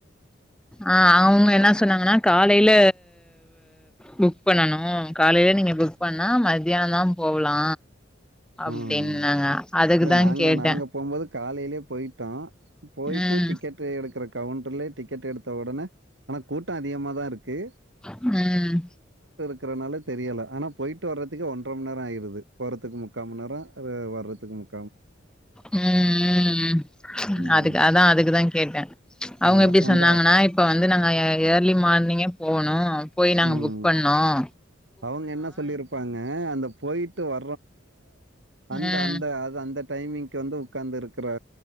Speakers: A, in the centre; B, on the right (about 70°).
A: ஆஹ் அவுங்க என்ன சொன்னாங்கன்னா காலையில புக் பண்ணனு காலையில நீங்க புக் பண்ணா மத்தியானோ போலா அப்டின்னாங்க
B: ம்.
A: அதுக்குதா
B: இல்ல நாங்க
A: கேட்டே
B: நாங்க போகும்போது காலையிலயே போயிட்டோம் போயிட்டு
A: ம்
B: டிக்கெட் எடுத் கவுண்டர்லயே டிக்கெட் எடுத்த உடனே ஆனா கூட்டம் அதிகமாதா இருக்கு
A: உம்
B: இருக்கறனால தெரியல ஆனா போயிட்டு வரதுக்கு ஒன்ர மணிநேர ஆயிருது போறதுக்கு முக்காமணி நேரம் வர்றதுக்கு முக்
A: உஹம் உ
B: ம்.
A: அதுக்கு அதான் அதுக்குதான் கேட்டேன் அவங்க
B: அ
A: எப்படி
B: அந்த
A: சொன்னாங்கன்னா இப்ப வந் வந்து நாங்க ஏர்லி மார்னிங்கே போனும் போய் நாங்க
B: ம்
A: புக் பண்ணோம்
B: அவங்க என்ன சொல்லிருப்பாங்க அந்த போய்டிட்டு வ அந்த
A: ம்
B: அந்த அதுஅந்த டைமிங் வந்து உட்கார்ந்து இருக்க